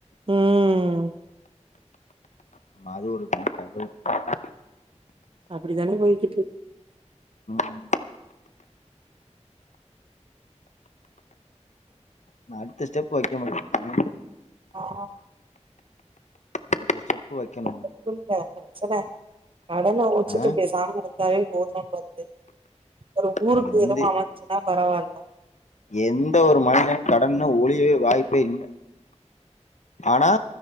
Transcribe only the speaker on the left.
ஆமா அது ஒரு கணக்கு அது ஒரு கணக்கு
உம் நா அடுத்த ஸ்டெப் வக்க முடியு ம்
அடுத்த ஸ்டெப் வைக்கணு
ஆ
அது வந்து
எந்த ஒரு மனிதனும் கடன ஒளியவே வாய்ப்பே இல்ல ஆனா